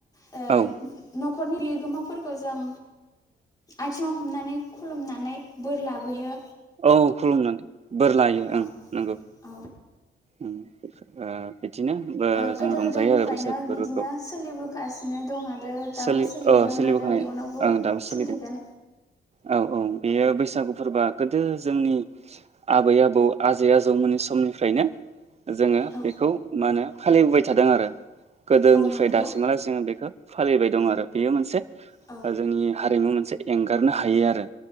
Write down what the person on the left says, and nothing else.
न
न'खरनि बिगोमाफोरखौ जों आथिङाव हमनानै खुलुमनानै बोर लाबोयो
औ
औ
ओ गोदो
गोदायनिफ्रायनो
बिदिनो सोलिबोगासिनो दं आरो दाबो
सोलिदों
आरो इयुनावबो
सोलिगोन
औ
औ नंगौ
औ